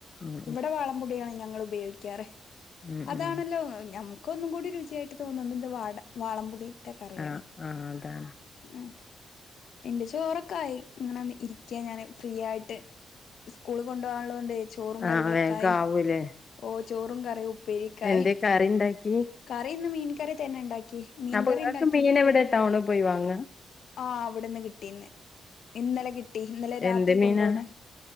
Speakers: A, on the left; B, on the left.
A: ഉം
B: ഇവിടെ വാളംപുളിയാണ് ഞങ്ങള് ഉപയോഗിക്കാറ്
A: ഉം
B: അതാണല്ലോ
A: ഉം ഉം
B: ഞമ്മ ക്കൊന്നും കൂടി രുചിയായിട്ട് തോന്നുന്നത് എന്ത് വാട വാളമ്പുളിയിട്ട കറിയാണ്
A: ആഹ് ആഹ് അതാണ്
B: അങ്ങനെ എന്റെ ചോറൊക്കായി ഇങ്ങനെന്ന് ഇരിക്കയാ ഞാന് ഫ്രീയായിട്ട് സ്കൂള് കൊണ്ടുവനുള്ളത് കൊണ്ടേ ചോറും കറികളൊക്കായി
A: ആഹ് വേഗം ആവൂലേ
B: ഓഹ് ചോറും കറി ഉപ്പേരിക്കായി
A: എന്തേ കറി ഇണ്ടാക്കി
B: കറിന്ന് മീൻ കറി തന്നെ ഇണ്ടാക്കി മീൻകറി
A: അപ്പൊ നിങ്ങക്ക്
B: ഇണ്ടാക്കി
A: മീനെവിടെ ടൗണി പോയിവാങ്ങ
B: ആഹ് അവിടുന്ന് കിട്ടീന്ന് ഇന്നലെ കിട്ടി ഇന്നലെ രാത്രി
A: എന്ത് മീനാ
B: കൊണ്ടോന്ന്